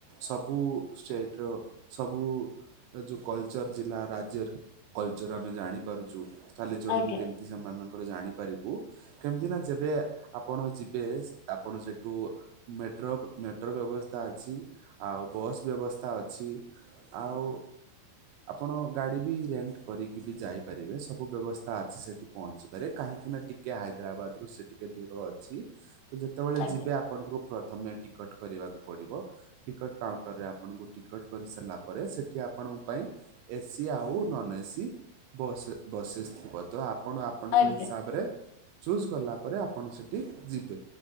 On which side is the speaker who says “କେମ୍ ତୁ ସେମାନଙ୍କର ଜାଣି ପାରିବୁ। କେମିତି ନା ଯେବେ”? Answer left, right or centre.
Right